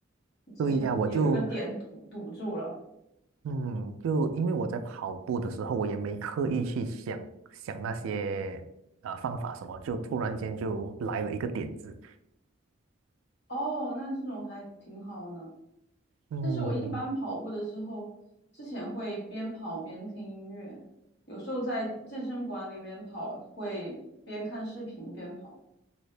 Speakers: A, on the left (about 60°); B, on the right (about 80°).
A: 之前有一个点堵堵住了，
B: 对呀，我就嗯，就因为我在跑步的时候，我也没刻意去想想那些呃方法什么，就突然间就来了一个点子。
A: 哦，那这种还挺好的。
B: 嗯，
A: 但是我一般跑步的时候，之前会边跑边听音乐，有时候在健身馆里面跑，会边看视频边跑，